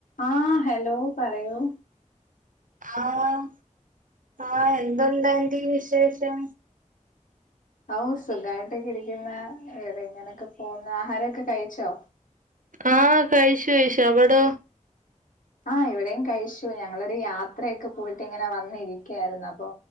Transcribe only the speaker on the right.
ആഹ് ആഹ് എന്തുണ്ടാൻ്റി വിശേഷം
ആഹ് കഴിച്ചു കഴിച്ചു അവടോ